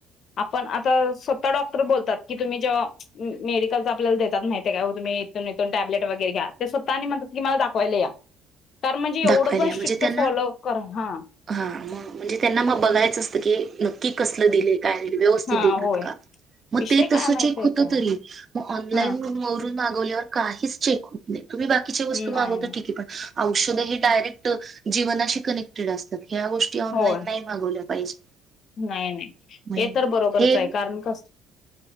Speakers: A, on the left (about 55°); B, on the right (about 40°).
A: आपण आता स्वतः डॉक्टर बोलतात की तुम्ही जेव्हा मेडिकल आपल्याला देतात माहित. ते काय हो तुम् इथून इथून टॅब्ट वगैरे घ्या ते स्वतः आणि म्हणात की मला दाखवायला या. तर म्हणजे एवढं
B: दाखवायला
A: पण
B: या म्हणजे
A: स्ट्रिक्ट
B: त्यांना
A: फॉलो कर हा.
B: हा मग म्हणजे त्यांना मग बघायचं असतं की नक्की कसलं दिले. काय रे व्यवस्थित
A: हा
B: देतात
A: होय
B: का मग
A: विषय
B: ते
A: काय
B: तस
A: माहितय
B: चेक होत
A: काय
B: तरी म ऑनलान
A: हा
B: वरून. मागवल्यावर काहीच चेक होत नाही तुम्ही बाकीच्या वस्तू
A: नाही
B: मागवता
A: नाही
B: ठीेके पण औषध डायरेक्ट जीवनाशी कनेक्टेड असतात ह्या गोष्टी ऑनलाईन
A: होय.
B: नाही मागवल्या पाहिजे.
A: नाही नाही
B: मग
A: हे तर बरोबरच
B: हे
A: आहे कारण कस.